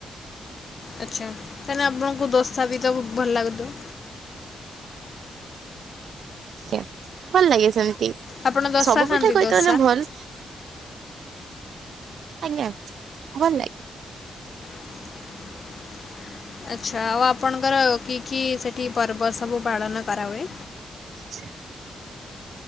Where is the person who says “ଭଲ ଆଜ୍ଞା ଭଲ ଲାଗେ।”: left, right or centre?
Right